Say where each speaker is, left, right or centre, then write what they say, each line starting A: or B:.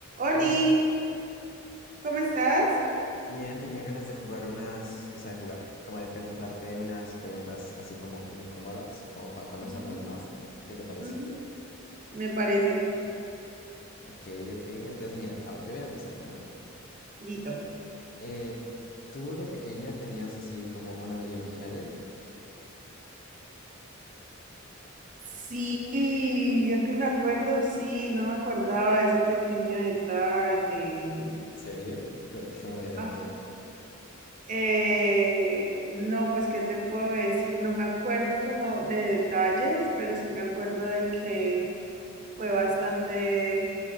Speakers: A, on the right (about 40°); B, on the left (about 45°).
A: Oli,
B: Hola, Janine.
A: ¿cómo estás?
B: Bien, tenía ganas de jugar unas, o sea, de jugar, como de preguntarte unas preguntas así como incómodas, como para conocernos
A: Ujú,
B: más. ¿Qué te parece?
A: ujú, Me parece,
B: Ok, ok. Entonces, mira, a ver, yo voy a empezar. Bueno,
A: Lito.
B: eh, ¿tú de pequeña tenías así como un amigo imaginario?
A: Sí, yo que me acuerdo, sí, no me acordaba de ese pequeño detalle.
B: ¿Serio? ¿Y co- ¿Cómo era
A: Ah,
B: o qué?
A: eh, no, pues, ¿qué te puedo decir? No me acuerdo como de detalles, pero sí me acuerdo de que fue bastante,